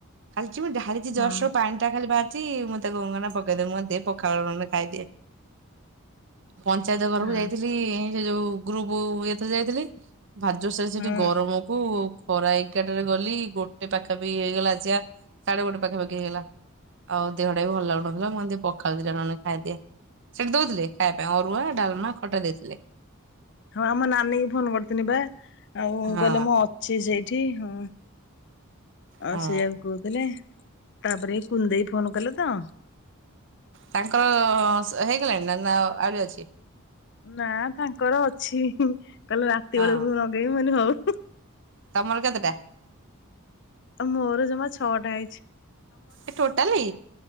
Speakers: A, on the right; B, on the left.
A: ଖାଲି ଚୁ ମୁଁ ଢାଲିଛି
B: ହଁ
A: ଯଷ୍ଟ୍ ମୁଁ ପାଣି ସେଟ ଖାଲି ବାହାରିଛି ମୁଁ ତାକୁ ମନେ ପକେଇଦେବି ମୁଁ କହିଲି ଦେ ପଖାଳ ଗଣ୍ଡେ ମେ ଖାଇଦିଏ। ପଞ୍ଚାୟତ ଘରକୁ
B: ହଁ
A: ଯାଇଥିଲି ସେ ଯୋଉ ଗ୍ରୁପ ଇଏଥ ଯାଇଥିଲି ଭାରି ଜୋର୍ ସେ ସେଠି
B: ହଁ
A: ଗରମକୁ ଖରା ଏଗାଟରେ ଗଲି ଗୋଟେ ପାଖାପକ୍ଷୀ ହେଇଗଲା ଆସିବା ସାଢେ ଗୋଟେ ପାଖା ପାଖି ହେଇଗଲା। ଆଉ ଦେହଟା ବି ଭଲ ଲାଗୁନଥିଲା ମୁଁ କହିଲି ଟିକେ ପଖାଳ ଦିଟା ନହେଲେ ଖାଇଦିଏ -ସେଠି ଦଉଥିଲେ। ଖାଇବା ପାଇଁ ଅରୁଆ, ଡାଲ୍ମା, ଖଟା ଦେଇଥିଲେ।
B: ହଁ ଆମ ନାନୀକୁ ଫୋନ୍ କରିଥିଲି ବା ଆଉ
A: ହଁ
B: କହିଲେ ମୁଁ ଅ ସେ ସେଇଠି ହଁ
A: ହଁ।
B: ଆଉ ସେୟାକୁ <unintelligible> ତାପରେ କୁନ୍ ଦେଇ ଫୋନ୍ କଲେ ତ।
A: ତାଙ୍କର ହେଇଗଲାଣି ନା- ନା ଆହୁରି ଅଛି?
B: ନା ତାଙ୍କର ଅଛି କହିଲେ ରାତି
A: ହଁ
B: ବେଳକୁ ମୁଁ ଲଗେଇବି ମୁଁ କହିଲି ହଉ।
A: ତମର କେତେଟା?
B: ମୋର ଜମା ଛଅଟା ହେଇଚି।
A: ଏ ଟୋଟଲି